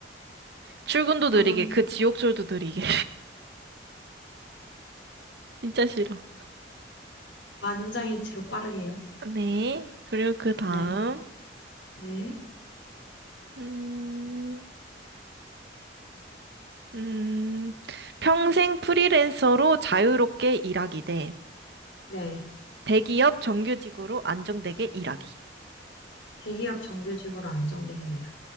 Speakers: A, on the right; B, on the left.
A: 출근도
B: 그러면
A: 느리게. 그 지옥철도 느리게. 진짜 싫어.
B: 만장일치로 빠르게요.
A: 네. 그리고 그 다음,
B: 네, 네,
A: 음, 음, 평생 프리랜서로 자유롭게 일하기 대
B: 네.
A: 대기업 정규직으로 안정되게 일하기.
B: 대기업 정규직으로 안정되게 일하